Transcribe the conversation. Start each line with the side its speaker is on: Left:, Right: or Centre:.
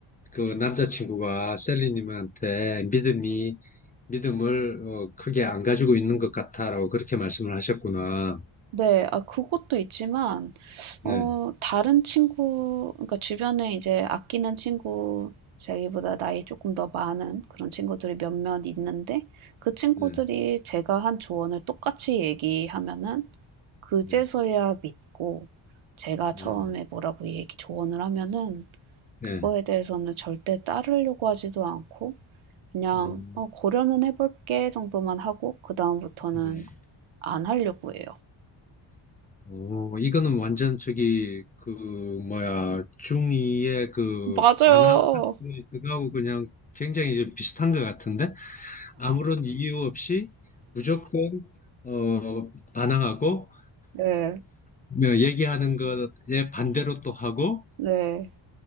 Left: 그 남자친구가 셀리님한테 믿음이, 믿음을 어, 크게 안 가지고 있는 것 같아라고 그렇게 말씀을 하셨구나.
Right: 네. 아 그것도 있지만
Left: 네,
Right: 어 다른 친구 그러니까 주변에 이제 아끼는 친구 자기보다 나이 조금 더 많은 그런 친구들이 몇몇 있는데 그 친구들이
Left: 네,
Right: 제가 한 조언을 똑같이 얘기하면은 그제서야
Left: 네,
Right: 믿고 제가
Left: 네,
Right: 처음에 뭐라고 얘기 조언을 하면은
Left: 네.
Right: 그거에 대해서는 절대 따르려고 하지도 않고 그냥
Left: 음,
Right: "어 고려는 해 볼게." 정도만 하고 그다음부터는
Left: 네.
Right: 안 하려고 해요.
Left: 어, 이거는 완전 저기 그 뭐야 중이의 그
Right: 맞아요.
Left: 반항 그거하고 그냥 굉장히 좀 비슷한 것 같은데 아무런 이유 없이 무조건 어 반항하고
Right: 네.
Left: 뭐 얘기하는 것에 반대로 또 하고
Right: 네.